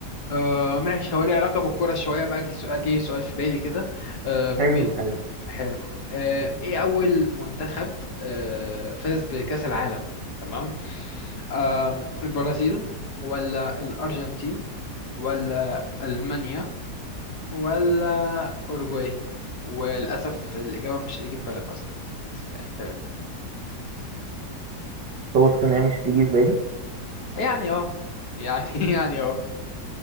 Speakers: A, on the left; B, on the right.
A: آه ماشي هو ليه علاقة بالكرة شوية بقى جه سؤال جه سؤال في بالي كده آه مين
B: حلو حلو
A: حلو آه ايه أول منتخب آه فاز بكأس العالم تمام آه البرازيل ولا الأرجنتين ولا ألمانيا ولا أوروجواي وللأسف الإجابة مش هتيجي في بالك أصلا بس يعني تمام
B: توثق ان هي مش تيجي في بالي
A: يعني اه يعني <laughs> يعني اه